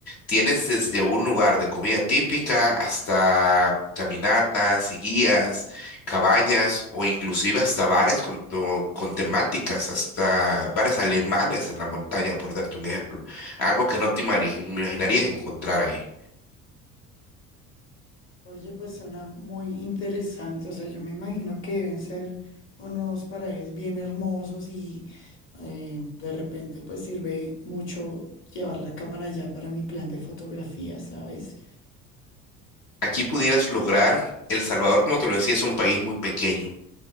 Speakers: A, on the left; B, on the left.
A: tienes desde un lugar de comida típica hasta caminatas y guías, cabañas o inclusive hasta bares con, to- con temáticas, hasta bares alemanes en la montaña, por darte un ejemplo. Algo que no te imani- me imaginarías encontrar ahí.
B: Oye, pues suena muy interesante. O sea, yo me imagino que deben ser unos parajes bien hermosos y eh, de repente pues sirve mucho llevar la cámara ya para mi plan de fotografía, ¿sabes?
A: Aquí pudieras lograr, El Salvador, como te lo decía, es un país muy pequeño